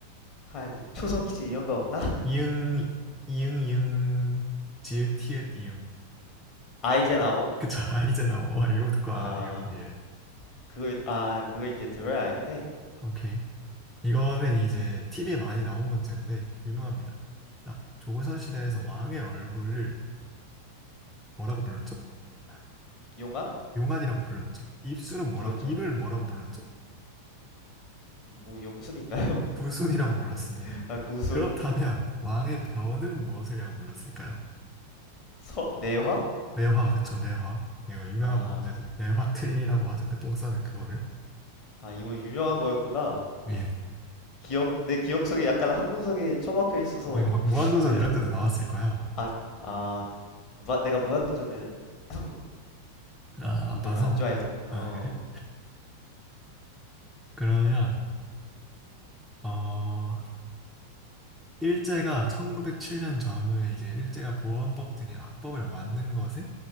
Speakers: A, on the left; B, in the centre.
A: 아이 뭐 초성 퀴즈 이런 거 없나?
B: 이응, 이응, 이응, 지읒, 티읒, 이응.
A: 아이젠하워?
B: 그쵸, <laughs> 이제 나와. 이거 듣고 안
A: 아
B: 해요. 예.
A: 그거 아 그거 이제 들어야 알긴 해.
B: 오케이. 이거는 이제 TV에 많이 나온 문제인데 유명합니다. 자, 조선 시대에서 왕의 얼굴을 뭐라고 불렀죠? 아,
A: 용안?
B: 용안이라고 불렀죠. 입술은 뭐라고
A: 그렇죠.
B: 입을 뭐라고 불렀죠?
A: 뭐 용순인가요?
B: 구순이라고 불렀습니다.
A: <laughs> 아 구순
B: 그렇다면 왕의 변은 무엇이라고 불렀을까요?
A: 서 내화?
B: 매화 그쵸 매화 이거 유명한
A: 아
B: 문제죠. 매화틀리라고 하죠. 그 똥 싸는 그거를
A: 아 이거 유명한 거였구나.
B: 예.
A: 기억 내 기억 속에 약간 한군석에 처박혀 있어서
B: 어, 이거 막 무한도전
A: 아이,
B: 이런 데도 나왔을 거야 아마.
A: 아, 아 무, 내가 무한도전을 <clears throat>
B: 나
A: 그
B: 안
A: 별로
B: 봐서.
A: 안 좋아해서 어.
B: 아 그래? 그러면 어 일제가 1907년 전후에 이제 일제가 보안법 등의 악법을 만든 것에